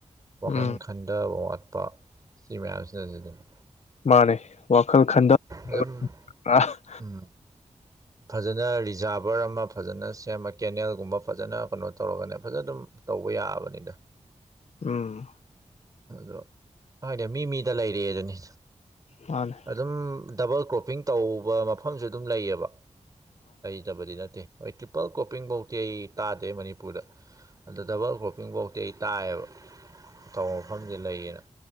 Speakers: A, on the right; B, on the left.
A: ꯋꯥꯈꯟ
B: ꯎꯝ
A: ꯈꯟꯗꯕ ꯋꯥꯠꯄ ꯁꯤ ꯃꯌꯥꯝꯁꯤꯅ ꯑꯁꯤ ꯑꯗꯨꯅꯤ
B: ꯃꯥꯅꯦ ꯋꯥꯈꯜ ꯈꯟꯗꯥ <unintelligible>
A: ꯑꯗꯨꯝ ꯎꯝ ꯐꯖꯅ ꯔꯤꯖꯥꯚꯔ ꯑꯃ ꯐꯖꯅ ꯁꯦꯝꯃꯥ ꯀꯦꯅꯦꯜꯒꯨꯝꯕ ꯐꯖꯅ ꯀꯩꯅꯣ ꯇꯧꯔꯒꯅꯦ ꯐꯖꯅ ꯑꯗꯨꯝ ꯇꯧꯕ ꯌꯥꯕꯅꯤꯗ
B: ꯎꯝ
A: ꯑꯗꯣ ꯍꯥꯏꯗꯤ ꯃꯤ ꯃꯤꯗ ꯂꯩꯔꯦ ꯑꯗꯨꯅꯤ
B: ꯃꯥꯅꯦ
A: ꯑꯗꯨꯝ ꯗꯕꯜ ꯀ꯭ꯔꯣꯞꯄꯤꯡ ꯇꯧꯕ ꯃꯐꯝꯁꯨ ꯑꯗꯨꯝ ꯂꯩꯌꯦꯕ ꯂꯩꯇꯕꯗꯤ ꯅꯠꯇꯦ ꯍꯣꯏ ꯇ꯭ꯔꯤꯄꯜ ꯀꯣꯄꯤꯡꯚꯧꯗꯤ ꯑꯩ ꯇꯥꯗꯦ ꯃꯅꯤꯄꯨꯔꯗ ꯑꯗꯨ ꯗꯕꯜ ꯀ꯭ꯔꯣꯞꯄꯤꯡ ꯚꯧꯗꯤ ꯑꯩ ꯇꯥꯏꯌꯦꯕ ꯑꯇꯧꯕ ꯃꯐꯝꯗꯤ ꯂꯩꯌꯦꯅ